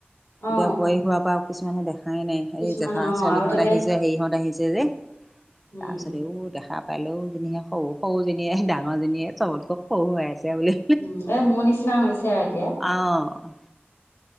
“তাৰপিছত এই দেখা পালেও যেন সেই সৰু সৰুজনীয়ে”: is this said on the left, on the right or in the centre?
Centre